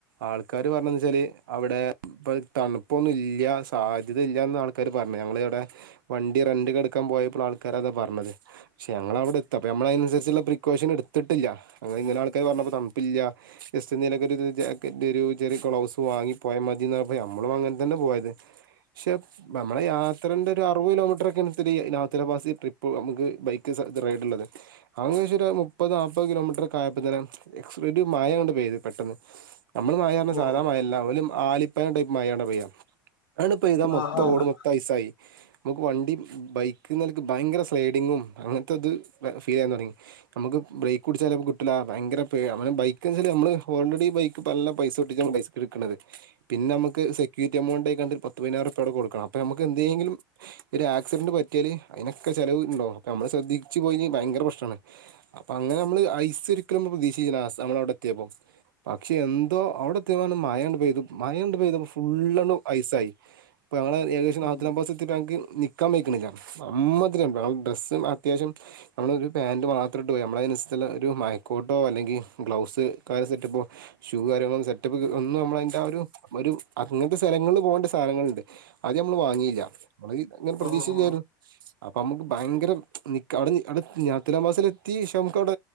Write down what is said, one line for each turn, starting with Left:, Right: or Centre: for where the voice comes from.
Right: ആൾക്കാര് പറയന്ന വെച്ചാല് അവെടെയിപ്പം തണുപ്പൊന്നും ഇല്ല്യാ സാ ഇതില്യാന്ന് ആൾക്കാര് പറഞ്ഞത് ഞങ്ങളവിടെ വണ്ടി റെന്റക്കെടുക്കാൻ പോയപ്പോൾ ആൾക്കരതാ പറഞ്ഞത് പക്ഷെ ഞങ്ങളവിടെ എത്തി അപ്പ നമ്മെള് അതനുസരിച്ചൊളള പ്രിക്കോഷൻ എടുത്തിട്ടില്ല അത് ഇങ്ങനെ ആൾക്കാര് പറഞ്ഞപ്പോ തണപ്പില്ല്യാ ജസ്റ്റ് നിനക <unintelligible> ഇതൊരു ചെറിയ ഗ്ലൗസ്സ് വാങ്ങി പോയ മതിന്ന് പറഞ്ഞപ്പോ നമ്മളും അങ്ങനെ തന്നെ പോയത് പക്ഷെ നമ്മെടെ യാത്രേന്റെ ഒരു അറുപത് കിലോമീറ്ററൊക്കെയെത്തിരി നാഥുലാ പാസ ട്രിപ്പ് നമുക്ക് ബൈക്ക് സ റെയ്ഡുണ്ടലത് അതു പക്ഷേ ഒരു മുപ്പത് നാപത് കിലോമീറ്ററൊക്കെ ആയപ്പതേനും എക്സ്ക്യൂട്ടിവ് മഴയങ്ങോട്ട് പെയ്ത് പെട്ടെന്ന് നമ്മള് മഴ പറഞ്ഞാ
Left: ഓ
Right: സാധാ മായല്ലഓല് ആലിപ്പയടൈപ് മഴണ്പെയ്യാ പെയ്താമൊത്തറോഡും
Left: ആഹ് ആഹ്
Right: മൊത്തം ഐസായി മുക്ക് വണ്ടി ബൈക്ക്നിലക്ക് ബയങ്കര സ്ലൈഡിങ്ങും അങ്ങനത്തെത് ഫീല യാതൊടങ്ങി നമ്മക്ക് ബ്രേകുടിച്ചാലും കിട്ടില്ല ഭയങ്കര പേ ബൈക്കുന്നച്ച മ്മള് ഓൾറെഡി ബൈക്ക് നല്ല പൈസ <unintelligible> തൊട്ട നമ്മ പൈസ എടുക്കണത് പിന്നെ മ്മക്ക് സെക്യൂരിറ്റിമൗഡായികാണ്ട് പത്ത് പയിനായിരുപ്യ അവിടെ കൊടുക്കണം അപ്പൊ മ്മക്ക് എന്തെങ്കിലും ഒരുആക്സിഡന്റ് പറ്റിയാല് അയിനൊക്കെ ചെലവ്ണ്ടാവും അപ്പോ നമ്മള് ശ്രദ്ധിച്ച് പോയില്ലെങ്കി ഭയങ്കര പ്രശ്നണ് അപ്പൊ അങ്ങനെമ്മള് ഐസരിക്കലും മ പ്രതീക്ഷയി ലാസ്റ്റ് നമ്മളവിടെത്തിയപ്പോ പക്ഷെ എന്തോ അവിടെ എത്തിപ്പൊ മയണ്ട് പെയ്തു മയണ്ട് പെയ്തു ഫുള്ളണം ഐസായിപ്പ <unintelligible> തിട്ട്
Left: ഉം
Right: ഞങ്ങക്ക് നികവെയ്ക്കിനില്ല അമ്മാതിരി തണുപ്പാണ് ഡ്രസ്സ്‌ അത്യാവിശ്യം നമ്മള് ഒരു പാന്റ് മാത്രട്ട് പോയി നമ്മള അയിനനുസരിച്ചുള്ള ഒരു മയക്കോട്ടോ അല്ലെങ്കിൽഗ്ലൗസ് കാെ സെറ്റപ്പോ ഷൂ കാര്യങ്ങളും സെറ്റപ്പ്ക്ക്‌ ഒന്നും മ്മള അയിന്റ രു അങ്ങനത്തെ സ്ഥലങ്ങളി ൽ പോവണ്ട സ്ഥലങ്ങളുണ്ട് അത് നമ്മള് വാങ്ങിയില്ല മ്മള് ങ്ങനെ പ്രതീക്ഷില്ലായിരുന്നു
Left: ആ ഓ ഓ
Right: അപ്പൊ മ്മക്ക് ഭയങ്കര നിക്ക അവിടെവിടെ ഞാത്തിലാബസിലെത്തി ഇശാമുക്കോട്